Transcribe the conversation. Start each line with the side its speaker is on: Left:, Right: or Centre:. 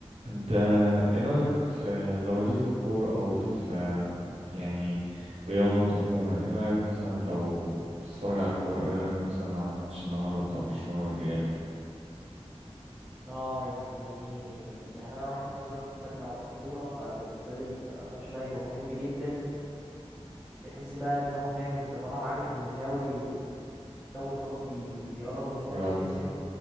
Right: انت ايه رأيك في لو ليك في الكورة او ليك في يعني رياضات عموما ايه رأيك مثلا لو بتتفرج على كورة ايه رأيك مثلا على ماتش النهاردة بتاع برشلونة والريال
Centre: اه يعني يعني انا واحد مثلا بشجع برشلونه فبالنسبه لي الماتش ده هيبقى مهم جدا بحس بقى ان هو فاهم انت طبعا عارف ان الدوري والدوري خلاص بي... بيقرب ان هو
Right: بيقعد
Centre: يتحسم